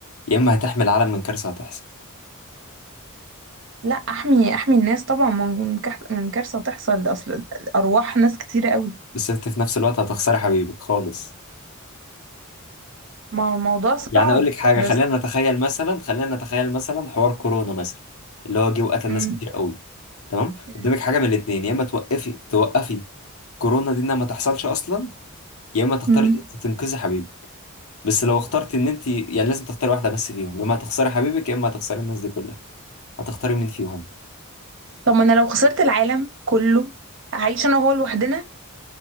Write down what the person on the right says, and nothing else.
لا احمي احمي الناس طبعا من كح... من كارثة تحصل اصل ارواح ناس كتيرة قوي
ما هو الموضوع صعب
بس
امم
امم
امم
طب ما انا لو خسرت العالم كله هعيش انا وهو لوحدنا